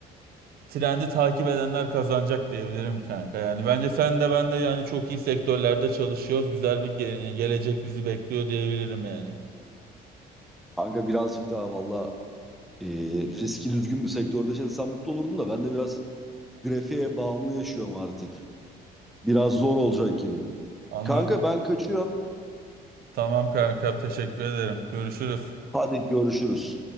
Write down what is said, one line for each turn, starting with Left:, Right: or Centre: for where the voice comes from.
Right: trendi takip edenler kazanacak diyebilirim kanka. Yani bence sen de ben de yani çok iyi sektörlerde çalışıyoruz. Güzel bir ge- gelecek bizi bekliyor diyebilirim yani.
Centre: Kanka birazcık daha valla e, riski düzgün bir sektörde çalışsam mutlu olurdum da ben de biraz grafiğe bağımlı yaşıyorum artık. Biraz zor olacak gibi.
Right: Anladım.
Centre: Kanka ben kaçıyorum.
Right: Tamam kanka teşekkür ederim. Görüşürüz.
Centre: Hadi görüşürüz.